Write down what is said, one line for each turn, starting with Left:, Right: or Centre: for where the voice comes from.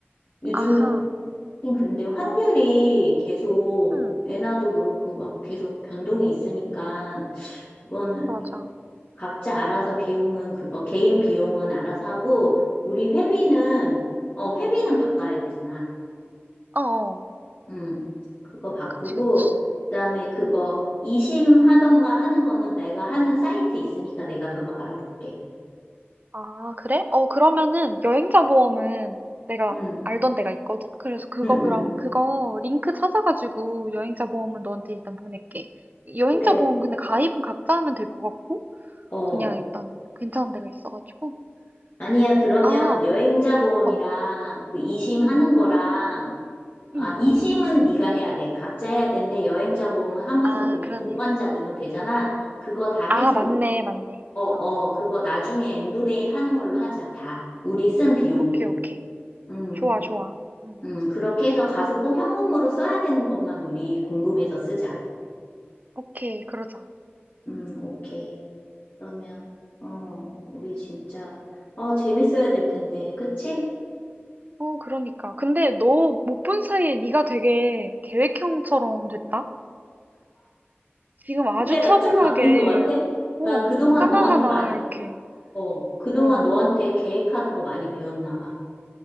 Left: 요즘에
Right: 아하.
Left: 하긴 근데 환율이 계속
Right: 응.
Left: 엔화도 그렇고 막 계속 변동이 있으니까 그거는
Right: 맞아.
Left: 각자 알아서 비용은 그거 개인 비용은 알아서 하고 우리 회비는
Right: 응.
Left: 어 회비는
Right: 어.
Left: 바꿔야 되잖아.
Right: 어어.
Left: 음. 그거 바꾸고
Right: 그치, 그치.
Left: 그다음에 그거
Right: 응.
Left: 이심하던가 하는 거는 내가 하는 사이트 있으니까 내가 그거 알아볼게.
Right: 아, 그래? 어, 그러면은 여행자 보험은 내가
Left: 음.
Right: 알던 데가 있거든? 그래서 그거
Left: 음,
Right: 그럼
Left: 음.
Right: 그거 링크 찾아가지고 여행자 보험은 너한테 일단 보낼게. 여행자
Left: 그래.
Right: 보험 근데 가입은 각자 하면 될 것 같고
Left: 어.
Right: 그냥 일단 괜찮은 데가 있어가지고.
Left: 아니야.
Right: 응, 응.
Left: 그러면
Right: 아,
Left: 여행자 보험이랑
Right: 어.
Left: 그 이심하는
Right: 응,
Left: 거랑
Right: 응.
Left: 아,
Right: 응.
Left: 이심은 네가 해야 돼. 각자 해야 되는데 여행자 보험 하면서
Right: 아,
Left: 그냥
Right: 그러네.
Left: 동반자 넣으면 되잖아.
Right: 응.
Left: 그거 다 해서
Right: 아, 맞네, 맞네.
Left: 어, 어,
Right: 어.
Left: 그거 나중에 엠브데일 하는 걸로 하자, 다. 우리 쓴 비용들.
Right: 오케이, 오케이.
Left: 음,
Right: 좋아, 좋아. 음.
Left: 음, 그렇게 해서 가서 꼭 현금으로 써야 되는 것만 우리 공금해서 쓰자.
Right: 오케이, 그러자.
Left: 음, 오케이. 그러면, 어, 우리 진짜, 어, 재밌어야 될 텐데, 그치?
Right: 어, 그러니까. 근데 너 못 본 사이에 네가 되게 계획형처럼 됐다? 지금 아주
Left: 그래, 나
Right: 차분하게,
Left: 좀 바뀐 것 같아?
Right: 어,
Left: 나 그동안
Right: 하나하나
Left: 너한테 많이,
Right: 이렇게,
Left: 어, 그동안
Right: 어,
Left: 너한테 계획하는 거 많이 배웠나 봐.